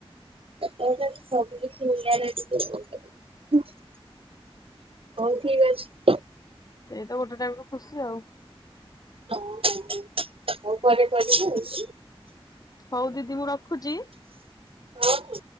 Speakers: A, on the right (about 70°); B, on the left (about 40°).
A: ସେତେବେଳେ ସବୁ <unintelligible> ହଉ ଠିକ୍ ଅଛି।
B: ସେଇତ ଗୋଟେ ଟାଇମରେ ଖୁସି ଆଉ।
A: ଓ ହଁ ହଁ ହଁ ହଉ ପରେ କରିବୁ ଉଁ।
B: ହଉ ଦିଦି ମୁଁ ରଖୁଛି।
A: ଆଉ।